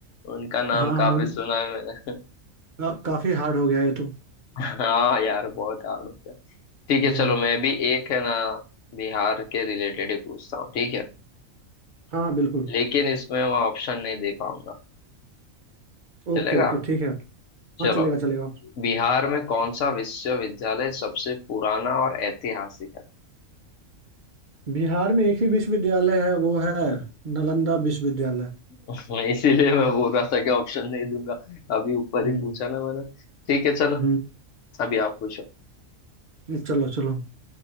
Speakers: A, on the left; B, on the right.
A: उनका नाम
B: हाँ हाँ
A: काफी सुना है मैंने
B: का, काफी हार्ड हो गया ये तो
A: <laughs> हाँ यार बहुत हार्ड हो गया ठीक
B: हम्म
A: है चलो मैं भी एक है ना बिहार के रिलेटेड ही पूछता हूँ ठीक है
B: हाँ हाँ बिल्कुल
A: लेकिन इसमें मैं ऑप्शन नहीं दे पाऊंगा चलेगा
B: ओके ओके ठीक है
A: चलो
B: हाँ चलेगा चलेगा
A: बिहार में कौन सा विश्वविद्यालय सबसे पुराना और ऐतिहासिक है
B: बिहार में एक ही विश्वविद्यालय है वो है नालंदा विश्वविद्यालय
A: मैं इसीलिए मैं बोल रहा था कि ऑप्शन नहीं दूंगा अभी ऊपर
B: हम्म
A: ही पूछा ना मैंने ठीक है चलो
B: हम्म
A: अभी आप पूछो
B: चलो चलो